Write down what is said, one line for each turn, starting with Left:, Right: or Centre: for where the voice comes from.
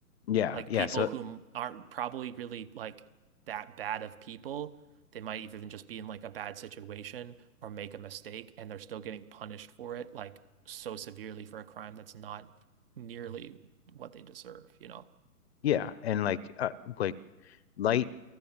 Left: Yeah.
Right: like
Left: Yeah.
Right: people
Left: So
Right: who aren't probably really like that bad of people. They might even just be in like a bad situation or make a mistake and they're still getting punished for it, like so severely for a crime that's not nearly what they deserve, you know?
Left: yeah, and like uh, like. Light